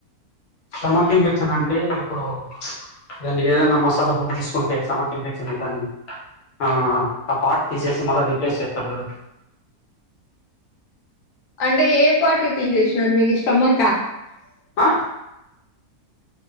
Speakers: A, on the left; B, on the left.
A: స్టమక్ ఇన్ఫెక్షన్ అంటే ఇప్పుడు దానికి ఏదైనా మసాలా ఫుడ్ తీసుకుంటే స్టమక్ ఇన్ఫెక్షన్ దానికి ఆ పార్టీ తీసేసి మళ్ళా రిప్లేస్ చూడూ
B: అంటే ఏ పార్టన్ని తీసేసినారు మీకు స్టొమకా
A: ఆ